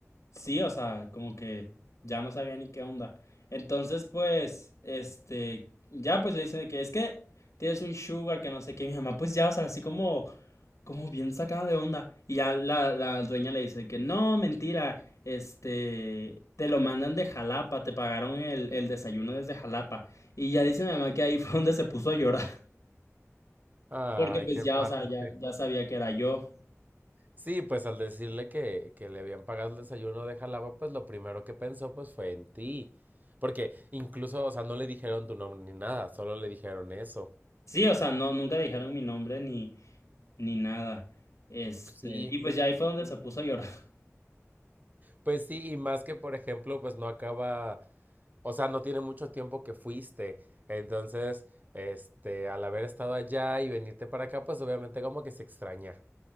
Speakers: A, on the left; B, on the right.
A: Sí, o sea, como que ya no sabía ni qué onda. Entonces, pues, este, ya pues le dicen de que es que tienes un sugar, que no sé qué. Mi mamá, pues ya, o sea, así como, como bien sacada de onda. Y ya la, la dueña le dice de que no, mentira, este, te lo mandan de Jalapa, te pagaron el, el desayuno desde Jalapa. Y ya dice mi mamá que ahí fue donde se puso a llorar. <laughs>
B: Ay,
A: Porque pues
B: qué
A: ya,
B: padre.
A: o sea, ya, ya sabía que era yo.
B: Sí, pues al decirle que, que le habían pagado el desayuno de Jalapa, pues lo primero que pensó, pues, fue en ti. Porque incluso, o sea, no le dijeron tu nombre ni nada, solo le dijeron eso.
A: Sí, o sea, no, nunca dijeron mi nombre ni, ni nada. Este,
B: Sí.
A: y pues ya ahí fue donde se puso a llorar. <laughs>
B: Pues sí, y más que, por ejemplo, pues no acaba, o sea, no tiene mucho tiempo que fuiste. Entonces, este, al haber estado allá y venirte para acá, pues obviamente como que se extraña.